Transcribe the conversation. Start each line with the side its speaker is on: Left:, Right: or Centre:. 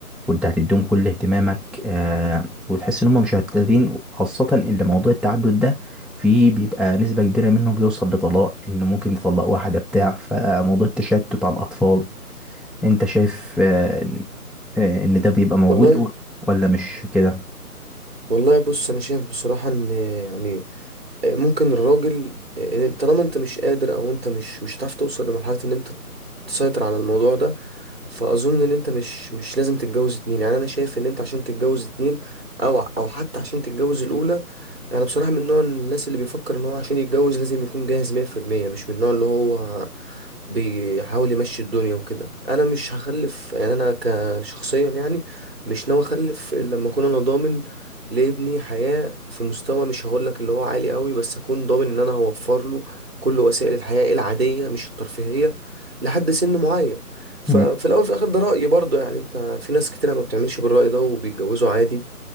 Centre: وانت هتديهم كل اهتمامك آه وتحس ان هم مش مشتتين خاصة ان موضوع التعدد ده فيه بيبقى نسبة كبيرة منه بيوصل لطلاق ان ممكن يطلق واحدة بتاع فموضوع التشتت على الاطفال انت شايف آه ان آه، إن ده بيبقى موجود
Right: والله
Centre: و- ولا مش كده؟
Right: والله بص انا شايف بصراحة ان يعني ممكن الراجل إن طالما انت مش قادر او انت مش مش هتعرف توصل لمرحلة ان انت تسيطر على الموضوع ده فاظن ان انت مش مش لازم تتجوز اتنين يعني انا شايف ان انت عشان تتجوز اتنين او او حتى عشان تتجوز الاولى انا بصراحه من نوع الناس اللي بيفكر ان هو عشان يتجوز لازم يكون جاهز 100% مش من النوع اللي هو بيحاول يمشي الدنيا وكده انا مش هخلف يعني انا كشخصيا يعني مش ناوي اخلف إلا لما اكون انا ضامن لابني حياة في مستوى مش هقول لك اللي هو عالي قوي بس اكون ضامن ان انا هوفر له كل وسائل الحياة العادية مش الترفيهية لحد سن معين ففي
Centre: مم.
Right: الاول وفي الاخر ده رأيي برضه يعني انت في ناس كتير ما بتعملش بالرأي ده وبيتجوزوا عادي